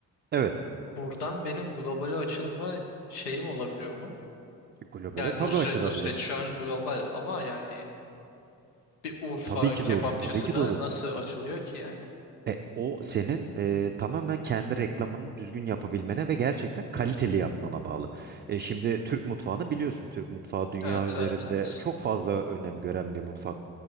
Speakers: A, on the right; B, on the left.
A: Evet,
B: Buradan benim globale açılma şeyim olabiliyor mu?
A: globale
B: Yani
A: tabii
B: Nusret
A: açılabilirsin.
B: Nusret şu an global ama yani bir Urfa
A: Tabii ki
B: kebapçısı
A: de olur, tabii ki
B: da
A: de olur.
B: nasıl açılıyor ki yani?
A: E, o senin e, tamamen kendi reklamını düzgün yapabilmene ve gerçekten kaliteli yapmana bağlı. E, şimdi Türk mutfağını biliyorsun. Türk mutfağı dünya
B: Evet
A: üzerinde
B: evet evet.
A: çok fazla önem gören bir mutfak.